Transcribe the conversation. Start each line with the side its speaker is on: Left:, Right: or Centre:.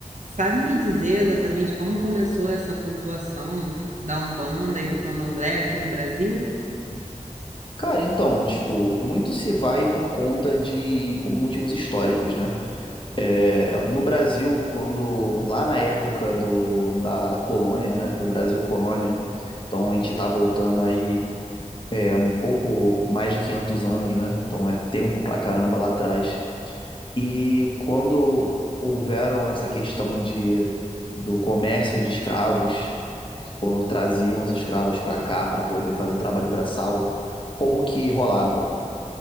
Right: Sabe me dizer exatamente como começou essa cultuação da Umbanda e do Candomblé aqui no Brasil?
Left: Cara, então, tipo, muito se vai por conta de com motivos históricos, né? É, no Brasil, quando lá na época do, da, da colônia, né? O Brasil colônia, então a gente tá voltando aí é, um pouco mais de 500 anos, né? Então é tempo pra caramba lá atrás. E quando houveram essa questão de, do comércio de escravos, de quando traziam os escravos para cá para poder fazer trabalho braçal, como que rolava?